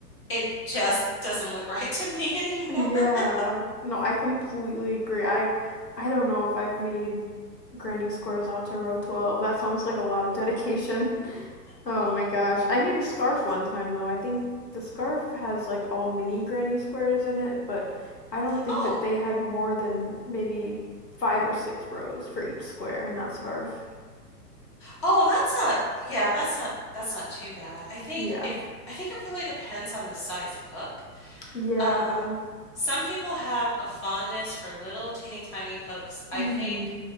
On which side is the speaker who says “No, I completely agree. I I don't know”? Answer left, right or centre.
Left